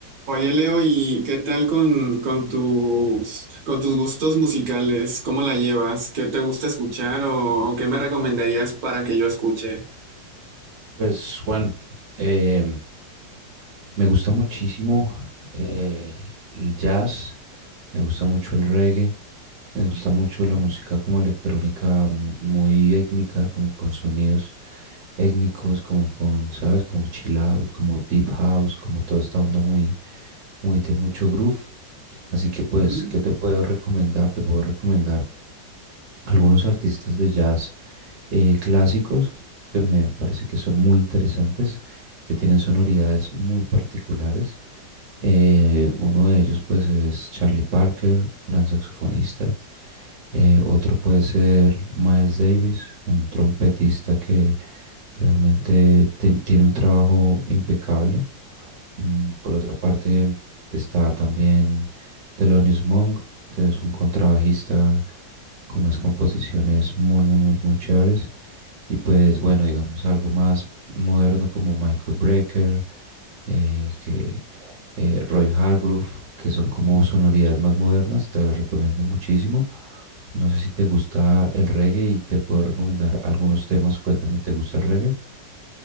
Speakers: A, on the right (about 60°); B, on the right (about 75°).
A: Oye, Leo, ¿y qué tal con, con tus, con tus gustos musicales? ¿Cómo la llevas? ¿Qué te gusta escuchar o, o qué me recomendarías para que yo escuche?
B: Pues Juan, eh, me gusta muchísimo eh, el jazz, me gusta mucho el reggae, me gusta mucho la música como electrónica mu- muy étnica, como con sonidos étnicos, como con, ¿sabes? Como chill out, como deep house, como toda esta onda muy, muy de mucho groove. Así que pues,
A: Ujú.
B: ¿qué te puedo recomendar? Te puedo recomendar algunos artistas de jazz eh, clásicos que me parece que son muy interesantes, que tienen sonoridades muy particulares. Eh, uno de ellos pues es Charlie Parker, gran saxofonista. Eh, otro puede ser Miles Davis, un trompetista que realmente ten- tiene un trabajo impecable Mm, Por otra parte, está también Thelonious Monk, que es un contrabajista con unas composiciones muy, muy, muy, muy chéveres. Y pues bueno, digamos algo más moderno como Michael Brecker, eh, que, eh, Roy Hargrove, que son como sonoridades más modernas, te las recomiendo muchísimo. No sé si te gusta el reggae y te puedo recomendar algunos temas. Cuéntame, ¿te gusta el reggae?